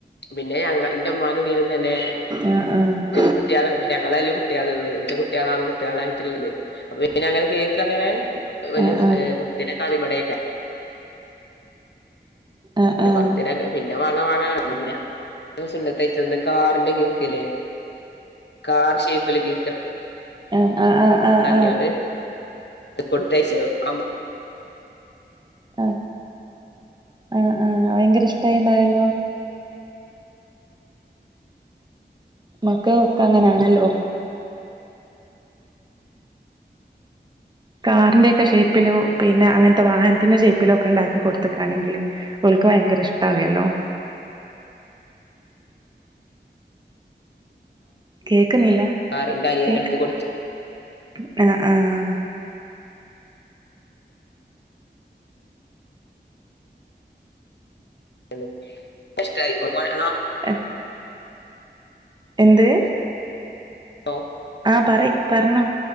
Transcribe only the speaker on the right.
ആഹ് ആഹ്
ആഹ്
ആഹ്
ആഹ് ആഹ് ആഹ് ആഹ്
അഹ് അഹ് ആഹ് ആഹ്
ആഹ്
ആഹ് ആഹ് ആഹ് ഭയങ്കര ഇഷ്ട്ടായിണ്ടാവല്ലോ മക്കകൊക്കെ അങ്ങനാണല്ലോ കാറിന്റെക്കെ ഷേപ്പിലോ പിന്നെ അങ്ങനത്തെ വാഹനത്തിന്റെ ഷേപ്പിലോ ഒക്കെ ഇണ്ടാക്കി കൊടുത്തക്കാണെങ്കില് ഓലിക്ക് ഭയങ്കര ഇഷ്ട്ടാകേല്ലോ കേക്ക്ന്നില്ല
കേക്ക്
ഉം ആഹ് ആഹ്
എഹ് എന്തേ
ആഹ് പറയ് പറഞ്ഞോ